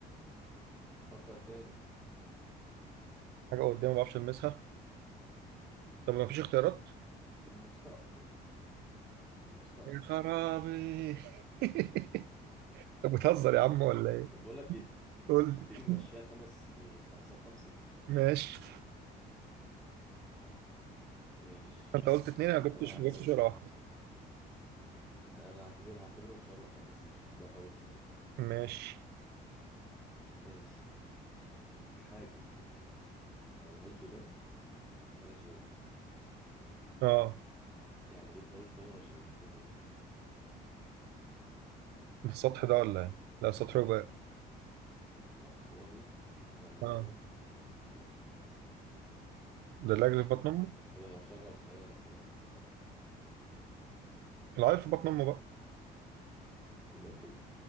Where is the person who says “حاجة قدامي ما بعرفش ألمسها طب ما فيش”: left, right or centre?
Right